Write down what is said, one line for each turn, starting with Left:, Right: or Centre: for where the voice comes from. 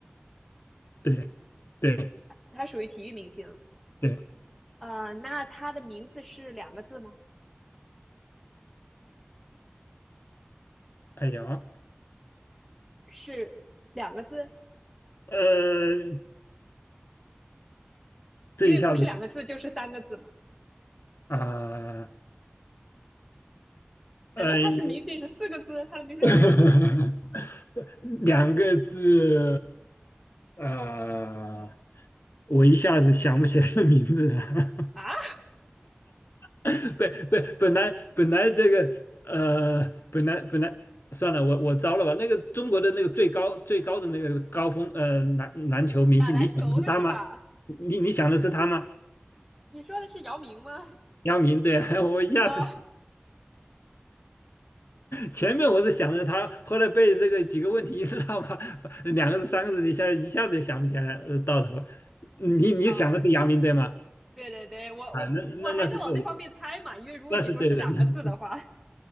Left: 对。对
Centre: 他属于体育明星。
Left: 对，
Centre: 呃，那他的名字是两个字吗？
Left: 哎呀，
Centre: 是两个字，
Left: 呃，这一下子
Centre: 因为不是两个字就是三个字嘛。
Left: 啊，
Centre: 难道他是明星是四个字？
Left: 呃，
Centre: 他的名字
Left: <laughs> 两个字，啊，我一下子想不起来名字了。
Centre: <laughs> 啊，
Left: <laughs> 对对，本来本来这个呃，本来本来算了，我我糟了吧？那个中国的那个最高最高的那个高峰，呃，篮篮球明星，
Centre: 打篮球的是吧？
Left: 你想的是他吗？你你想的是他吗？
Centre: 你说的是姚明吗？
Left: 姚明，对啊，<laughs> 我一下子
Centre: <laughs> 啊、
Left: 前面我是想着他，后来被这个几个问题一绕嘛，两个字三个字一下一下子就想不起来，呃，到头了你你想的是阳明对吗？
Centre: 好，对对对，我我我还在往那方面猜嘛，
Left: 啊，那那那是对的，
Centre: 因为如果你说是两个字的话，
Left: 那是对的，<laughs>